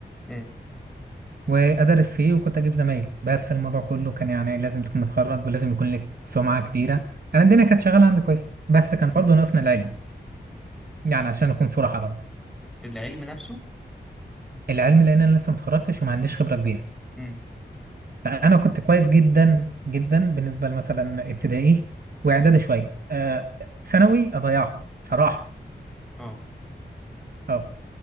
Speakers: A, in the centre; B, on the right (about 55°).
A: امم
B: وأدرس فيه وكنت أجيب زمايل بس الموضوع كله كان يعني لازم تكون متخرج ولازم يكون لك سمعة كبيرة أنا الدنيا كانت شغالة عندي كويس بس كان برضه ناقصنا العلم يعني عشان أكون صراحة برضه
A: العلم نفسه
B: العلم لأن أنا لسه متخرجتش وما عنديش خبرة كبيرة
A: امم
B: فأنا كنت كويس جدا جدا بالنسبة مثلا ابتدائي وإعدادي شوية آه، ثانوي أضيعهم صراحة
A: اه
B: أه